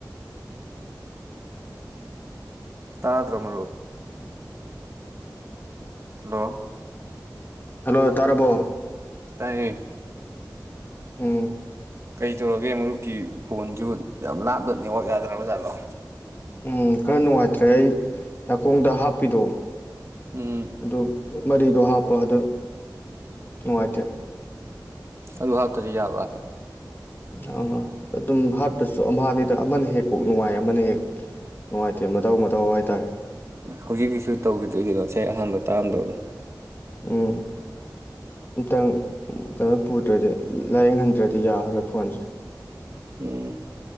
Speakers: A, on the right (about 40°); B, on the left (about 30°).
A: ꯇꯥ ꯇ꯭ꯔꯣ ꯃꯔꯔ ꯍꯂꯣ
B: ꯍꯜꯂꯣ ꯇꯥꯔꯕꯣ
A: ꯇꯌꯦ
B: ꯎꯝ
A: ꯀꯩ ꯇꯧꯔꯒꯦ ꯃꯔꯨꯞꯀꯤ ꯐꯕꯣꯟꯁꯨ ꯌꯥꯝ ꯂꯥꯞꯕ ꯅꯦꯠꯋꯥꯛ ꯌꯥꯗ꯭ꯔꯕ ꯖꯥꯠꯂꯣ
B: ꯎꯝ ꯈꯔ ꯅꯨꯡꯉꯥꯏꯇ꯭ꯔꯦ ꯑꯩ ꯅꯥꯀꯣꯡꯗ ꯍꯥꯞꯄꯤꯗꯣ
A: ꯎꯝ
B: ꯑꯗꯨ ꯃꯔꯤꯗꯣ ꯍꯥꯞꯄ ꯑꯗꯨꯗ ꯅꯨꯡꯉꯥꯏꯇꯦ
A: ꯑꯗꯨ ꯍꯥꯞꯇꯗꯤ ꯌꯥꯕ
B: ꯑ ꯑꯗꯨꯝ ꯍꯥꯠꯇꯁꯨ ꯑꯃ ꯑꯅꯤꯗ ꯑꯃꯅ ꯍꯦꯛ ꯀꯣꯛ ꯅꯨꯡꯉꯥꯏ ꯑꯃꯅ ꯍꯦꯛ ꯅꯨꯡꯉꯥꯏꯇꯦ ꯃꯇꯧ ꯃꯇꯧ ꯍꯥꯏꯇꯥꯔꯦ
A: ꯍꯧꯖꯤꯛꯀꯤꯁꯨ ꯇꯧꯈꯤꯗ꯭ꯔꯤꯒꯤꯗꯣ ꯉꯁ ꯑꯍꯥꯟꯕ ꯇꯥꯔꯝꯗꯕꯗꯣ
B: ꯎꯝ ꯃꯇꯪ ꯀꯩꯅꯣ ꯄꯨꯗ꯭ꯔꯗꯤ ꯂꯥꯏꯌꯦꯡꯍꯟꯗ꯭ꯔꯗꯤ ꯌꯥꯔꯔꯣꯏ ꯐꯣꯟꯁꯦ
A: ꯎꯝ